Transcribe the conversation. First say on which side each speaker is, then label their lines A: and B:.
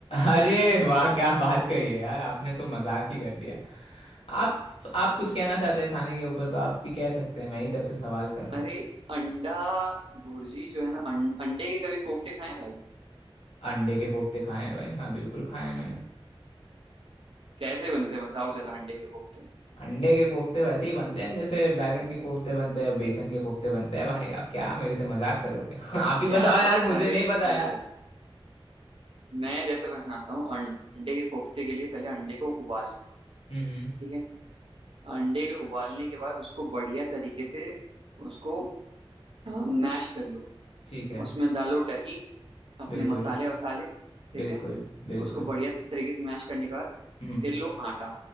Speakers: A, on the left (about 85°); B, on the right (about 65°).
A: अरे वाह क्या बात कही है यार आपने तो मजाक ही कर दिया आप आप कुछ कहना चाहते हैं खाने के ऊपर तो आप भी कह सकते हैं मैं ही तब से सवाल कर रहा
B: अरे
A: हूँ
B: अंडा भुर्जी जो है ना अं, अंडे के कभी कोफ्ते खाए भाई
A: अंडे के कोफ्ते खाए हैं भाई हाँ बिल्कुल खाए हैं मैंने
B: कैसे बनते हैं बताओ जरा अंडे के कोफ्ते
A: अंडे के कोफ्ते वैसे ही बनते हैं जैसे बैगन के कोफ्ते बनते हैं बेसन के कोफ्ते बनते हैं भाई आप क्या मेरे से मजाक कर रहे हो क्या <laughs> आप ही
B: क्या
A: बताओ
B: आप
A: यार
B: अरे
A: मुझे नहीं पता यार
B: देखो मैं जैसे बनाता हूँ अंडे के कोफ्ते के लिए पहले अंडे को उबाल लो
A: हम्म हम्म,
B: ठीक है अंडे के उबालने के बाद उसको बढ़िया तरीके से उसको मैश कर लो
A: ठीक है
B: उसमें डालो दही अपने
A: बिल्कुल
B: मसाले वसाले ठीक
A: बिल्कुल
B: है
A: बिल्कुल
B: उसको बढ़िया तरीके से मैश करने के बाद
A: हम्म
B: फिर लो आटा